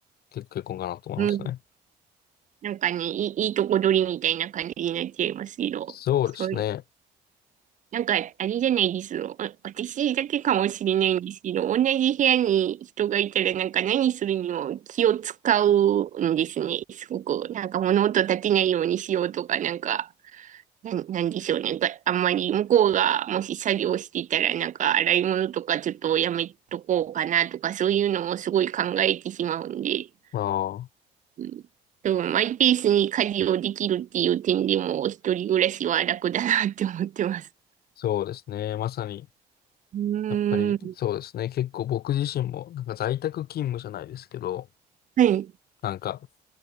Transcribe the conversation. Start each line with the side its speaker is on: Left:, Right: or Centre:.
Left: 結結婚かなと思いますね。
Right: うん。なんかね、いい、<laughs> いいとこ取りみたいな感じになっちゃいますけど、
Left: そうですね。
Right: そうなんか、あれじゃないですよ。あ私だけかもしれないんですけど、同じ部屋に人がいたら、なんか何するにも気を使うんですね。すごく。なんか物音立てないようにしようとか、なんか、なん、なんでしょうね。があんまり向こうがもし作業していたら、なんか洗い物とかちょっとやめとこうかなとか、そういうのもすごい考えてしまうんで。
Left: まあ、
Right: うんでもマイペースに家事をできるっていう点でも、一人暮らしは楽だなって思ってます。
Left: そうですね。まさに、
Right: うーん。
Left: やっぱりそうですね。結構僕自身もなんか在宅勤務じゃないですけど、
Right: はい、
Left: なんか